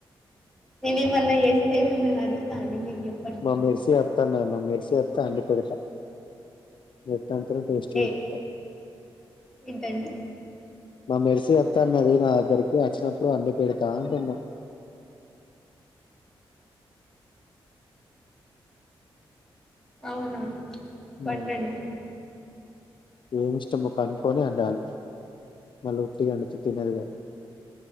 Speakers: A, in the centre; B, on the left (about 55°).
A: నేను ఏమన్నా చేస్తే మిమ్మల్ని అడుగుతాండి మీకు చెప్
B: మా మెర్సీ అత్త నేను మా మెర్సీ అత్త అన్ని పెడతా ఎట్ట అంటారో టేస్ట్ చూపిస్తా
A: ఏ ఏంటండి
B: మా మెర్సీ అత్త అన్నది నా దగ్గరికి వచ్చినప్పుడు అన్ని పెడతా అంటున్నా
A: అవునా
B: ఉమ్
A: పండండి
B: ఏమి ఇష్టమో కనుకొని అండాలి మళ్ళీ ఉట్టిగా నన్ను తిట్టినారు గా